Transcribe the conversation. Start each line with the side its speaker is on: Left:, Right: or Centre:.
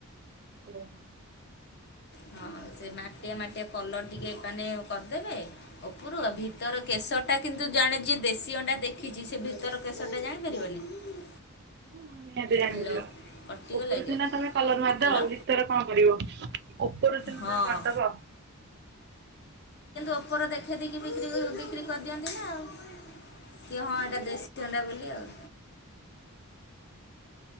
Right: ଓମ୍ <inaudible>
Left: ହଁଅ ସେ ମାଟିଆ ମାଟିଆ କଲର ଟିକେ ମାନେ କରିଦେବେ ଓପରୁ ଆଉ ଭିତର କେଶର ଟା କିନ୍ତୁ ଜଣେ ଯିଏ ଦେଶୀ ଅଣ୍ଡା ଦେଖିଛି ସେ ଭିତର କେଶରଟା ଜାଣିପାରିବନି।
Right: ହଁ ନିହାତି ଜାଣି
Left: ହ୍ୟାଲୋ
Right: ପାରିବ
Left: କଟିଗଲା
Right: ଉପରୁ
Left: କି
Right: ସିନା
Left: ଆଉ
Right: ତମେ କଲର ମାରିଦବ
Left: ହ୍ୟାଲୋ
Right: ଭିତରେ କଣ କରିବ। ଉପରୁ <unintelligible>
Left: ହଁ
Right: କରିଦବ।
Left: ଓପର ଦେଖେଇଦିକି ବ୍ରିକ୍ରି ବିକ୍ରି କରିଦିଅନ୍ତି ନା ଆଉ। କି ହଁ ଏଇଟା ଦେଶୀ ଅଣ୍ଡା ବୋଲି ଆଉ।